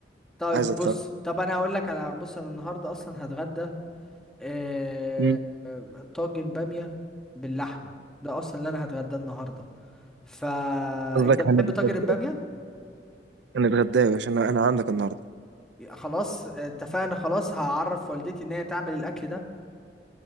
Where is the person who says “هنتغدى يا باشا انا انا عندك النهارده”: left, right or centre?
Right